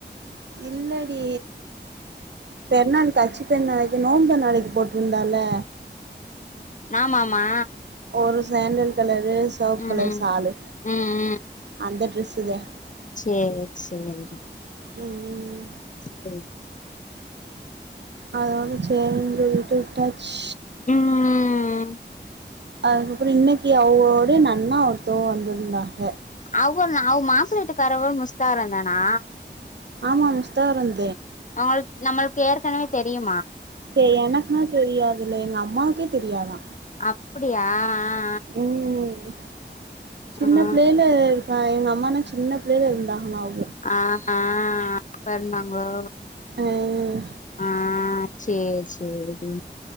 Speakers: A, on the right; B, on the left.
A: இல்லடி பெருநாள் தச்சு ப்ப நாளைக்கு நோம்பு நாளைக்கு போட்ருந்தால
B: ஆமாமா
A: ஒரு சாண்டல் கலரு செவப்பு
B: ம்
A: கலர் சாலு
B: ம்
A: அந்த ட்ரெஸ் பித
B: சேரி சேரிடி
A: ம் ம்
B: சேரி
A: அதோட சேரின்டு விட்டு விட்டாச்சு
B: ம்
A: அதுக்கப்றோ இன்னைக்கு அவகளோட நன்னா ஒருத்தவங்க வந்திருந்தாங்க
B: அவுக அவ் மாப்ளவீட்டுக்காரவ் முஸ்தாரந்தானா
A: ஆமா முஸ்தாரந்
B: அவுள் நம்மளுக்கு ஏற்கனவே தெரியும்
A: தே எனக்குன்னா தெரியாதுல்ல எங்க அம்மாவுக்கே தெரியாதா
B: அப்டியா ஆஹ் ஆஹ்
A: ம் சின்ன
B: ஆ ஆ ஆ
A: பிள்ளையில இருக்கா எங்க அம்மானா சின்ன பிள்ளைல இருந்தாகளா அவு
B: ஆஹ் ஹ் அப்ப இருந்தாங்களோ
A: ஆஹ்
B: ஆஹ் சேரி சேரி டி